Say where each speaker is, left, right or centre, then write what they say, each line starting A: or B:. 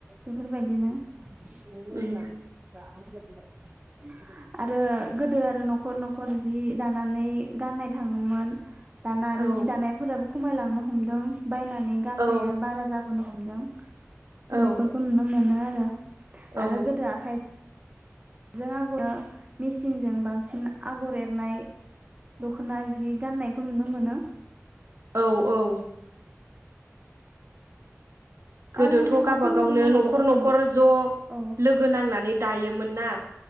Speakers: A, on the right; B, on the right.
A: बेफोरबायदिनो। सिबनोल'
B: उम
A: मोजां दा ओ जोबनाय आरो गोदो आरो न'खर न'खर जि दानानै गाननाय थाङोमोन। दाना आरो
B: औ
A: जि दानायफोराबो खमायलांनो हमदों। बायनानै गाननाया
B: औ
A: बारा जाबोनो हम हेलौ
B: औ
A: जों बेफोरखौ नुनो मोनो आर रो
B: औ
A: आरो गोदो आखाय जों आगरा मेसिनजों बांसिन आगर एरनाय दख'ना जि गान्नायखौ नुनो मोनो।
B: औ औ गोदोथ'
A: आरो नोंथाङा
B: गावबागावनो
A: फंनै बुंनो हाबावगोन
B: न'खर न'खर
A: नामा
B: ज'
A: औ
B: लोगो नांनानै दायोमोन ना